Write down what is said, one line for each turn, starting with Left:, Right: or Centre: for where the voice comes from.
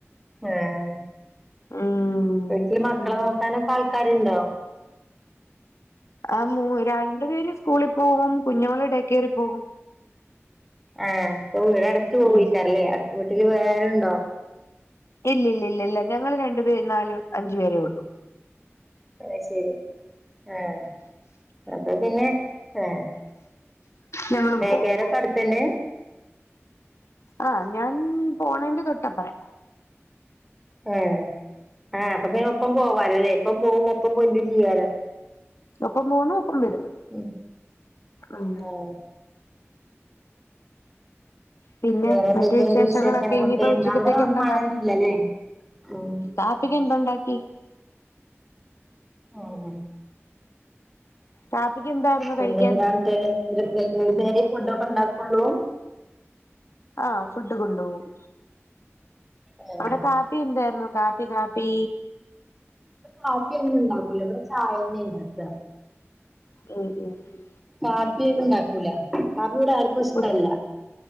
Centre: ആഹ്
Left: ഉം
Centre: വീട്ടില്
Left: ഉം
Centre: മക്കളെ നോക്കാനൊക്കെ ആൾക്കാരുണ്ടോ?
Left: ആഹ് മൂ രണ്ടു പേര് സ്കൂളിൽ പോകും, കുഞ്ഞുമോള് ഡേ കെയറിൽ പോകും.
Centre: ആഹ് അപ്പൊ വീട് അടച്ചു <unintelligible>
Left: ഉം
Centre: അല്ലേ. വീട്ടില് വേറാരുണ്ടോ
Left: ഇല്ലില്ലില്ലില്ല, ഞങ്ങള് രണ്ടു പേരും നാല് അഞ്ചു പേരേ ഉള്ളു
Centre: അത് ശെരി ആഹ് അപ്പൊ പിന്നെ ആഹ്
Left: ഞങ്ങളും
Centre: ഡേ
Left: പോവും
Centre: കെയറൊക്കെ അടുത്തന്നെ?
Left: ആഹ് ഞാൻ പോണേന്റെ തൊട്ടപ്പറേ
Centre: ആഹ് ആഹ് അപ്പൊ പിന്നെ ഒപ്പം പോവാലോല്ലേ, ഒപ്പം പോവേം ഒപ്പം വര്കയും ചെയ്യാലോ
Left: ഒപ്പം പോണു, ഒപ്പം വരുന്നു.
Centre: ഉം
Left: ഉം
Centre: ആഹ്
Left: പിന്നെ
Centre: വേറെ എന്തൊക്കെയുണ്ട്
Left: മറ്റു വിശേഷങ്ങളൊക്കെ ഇനിയിപ്പോ
Centre: ഇന്നവിടെ
Left: ഉച്ചക്കത്തേക്കെന്താ
Centre: മഴയൊന്നുല്ലല്ലേ
Left: കറി?
Centre: ഉം
Left: കാപ്പി പ്പിക്ക് എന്തുണ്ടാക്കി?
Centre: ആഹ്
Left: കാപ്പിക്ക് എന്തായിരുന്നു
Centre: പിന്നെ
Left: കഴിക്കാൻ
Centre: എന്താ <unintelligible> ഒരു നേരെ ഫുഡ് ഒക്കെ ഉണ്ടാക്കൊള്ളൂ?
Left: ആഹ് ഫുഡ് കൊണ്ടു പോവും.
Centre: ഏഹ്
Left: അവിടെ കാ പ്പി എന്തായിരുന്നു കാപ്പി കാപ്പി
Centre: കാപ്പി ഒന്നും ഉണ്ടാക്കൂല, ഇവിടെ ചായ തന്നെ ഉണ്ടാക്കുക
Left: ഉം ഉം ഉം
Centre: കാപ്പി ഉണ്ടാക്കൂല, കാപ്പി ഇവിടെ ആർക്കും ഇഷ്ടല്ല
Left: ഉച്